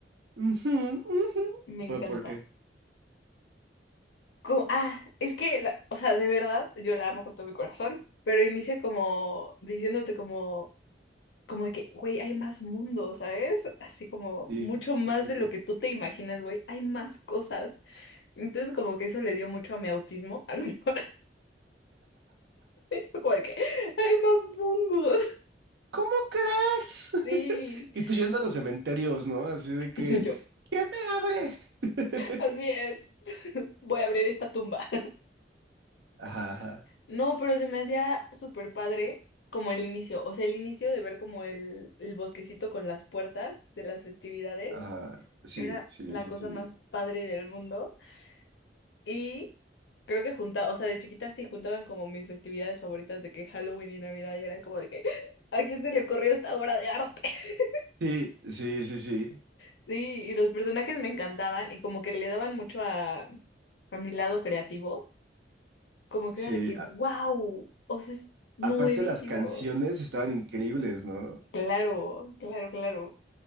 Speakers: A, on the right; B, on the left.
A: Ujú, ujú.
B: Me encanta.
A: ¿Por, por qué?
B: Como- ah, es que, la- o sea, de verdad, yo la amo con todo mi corazón, pero inicia como diciéndote como, como de que, güey, hay más mundo, ¿sabes? Así como
A: Sí,
B: mucho
A: sí,
B: más
A: sí,
B: de
A: sí.
B: lo que tú te imaginas, güey, hay más cosas. Entonces como que eso le dio mucho a mi autismo, <laughs> a lo mejor, <laughs> fue como de que, hay más mundos.
A: ¿Cómo crees? <laughs>
B: Sí.
A: Y
B: <laughs>
A: tú yendo a los cementerios, ¿no? Así de que,
B: Y yo,
A: ¿quién me abre? <laughs>
B: así es, <laughs> voy a abrir esta tumba.
A: Ajá, ajá,
B: No, pero se me hacía súper padre como el inicio, o sea, el inicio de ver como el, el bosquecito con las puertas de las festividades
A: ajá. Sí,
B: era
A: sí,
B: la
A: sí,
B: cosa
A: sí.
B: más padre del mundo. Y creo que junta, o sea, de chiquita sí juntaban como mis festividades favoritas de que Halloween y Navidad y era como de que, <laughs> ¿a quién se le ocurrió esta obra de arte? <laughs>
A: Sí, sí, sí, sí.
B: Sí, y los personajes me encantaban y como que le daban mucho a, a mi lado creativo, como
A: Sí.
B: que era de que,
A: A-
B: wow, o sea, es nuevísimo.
A: aparte las canciones estaban increíbles, ¿no?
B: Claro, claro, claro.